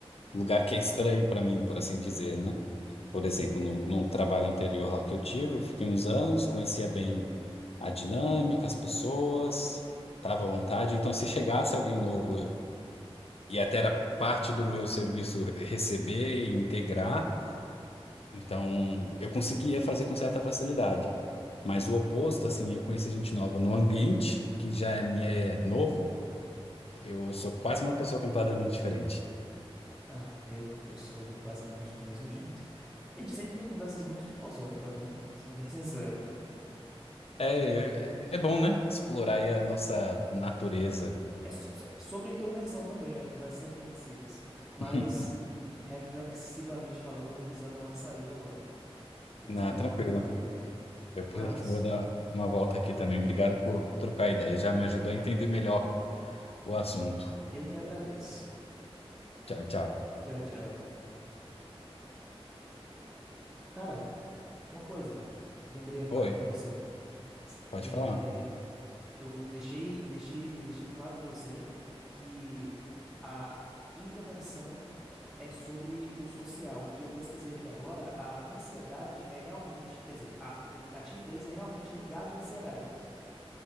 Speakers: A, on the left; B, in the centre.
A: lugar que é estranho para mim, por assim dizer, né? Por
B: Sim.
A: exemplo, no num trabalho anterior lá que eu tive, eu fiquei uns anos, conhecia bem a dinâmica, as pessoas, estava à vontade. Então, se chegasse alguém novo, eu- e até era parte do meu serviço receber e integrar, então eu conseguia fazer com certa facilidade. Mas o oposto, assim, eu conhecer gente nova no ambiente que já é, me é novo, eu sou quase uma pessoa completamente diferente.
B: Ah, eu, eu sou basicamente do mesmo jeito. A gente sempre tem conversas muito filosóficas, né? Sendo bem <laughs> sincero.
A: É, é, é bom, né? Explorar aí a nossa natureza.
B: É so- so- sobre introversão também, né? Conversas reflexivas. Mas,
A: <laughs>
B: reflexivamente falando, eu vou precisar dar uma saída agora. Vou
A: Na,
B: precisar pegar
A: tranquilo.
B: uma coisa pra comer.
A: Eu pre-
B: Mas,
A: vou dar uma volta aqui também. Obrigado por trocar ideia. Já me ajudou
B: ah,
A: a entender
B: eu
A: melhor
B: que,
A: o assunto.
B: eu que agradeço.
A: Tchau, tchau.
B: Tchau, tchau. Cara, uma coisa. Lembrei agora
A: Oi,
B: pra você.
A: pode
B: É,
A: falar.
B: Eu deixei, deixei, deixei claro para você que a introversão é sobre o social. E eu pesquisei aqui agora, a ansiedade é realmente, quer dizer, a, o- a timidez é realmente ligada à ansiedade.